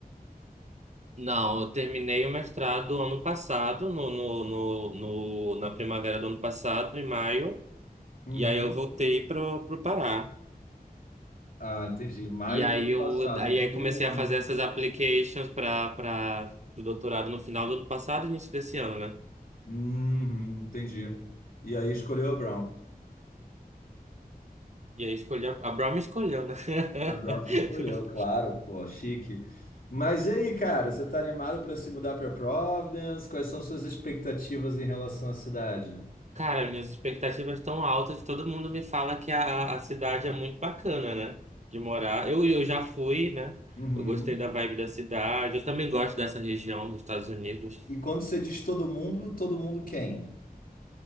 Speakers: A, on the right; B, on the left.
A: Não, eu terminei o mestrado ano passado, no, no, no, no- na primavera do ano passado, em maio,
B: Uhum.
A: e aí eu voltei pro, pro Pará.
B: Ah, entendi. Maio
A: E aí
B: do ano
A: eu
B: passado,
A: aí,
B: então
A: aí
B: tem
A: comecei
B: um
A: a
B: ano.
A: fazer essas applications para para o doutorado no final do ano passado e início desse ano, né?
B: Uhum, entendi. E aí escolheu a Brown.
A: E aí escolhi a, a Brown me escolheu, né?
B: A Brown
A: <laughs>
B: te escolheu, claro, pô, chique. Mas e aí, cara, você tá animado para se mudar para Providence? Quais são suas expectativas em relação à cidade?
A: Cara, minhas expectativas estão altas. Todo mundo me fala que a, a cidade é muito bacana, né? De morar. Eu, eu já fui, né?
B: Uhum.
A: Eu gostei da vibe da cidade. Eu também gosto dessa região dos Estados Unidos.
B: E quando você diz todo mundo, todo mundo quem?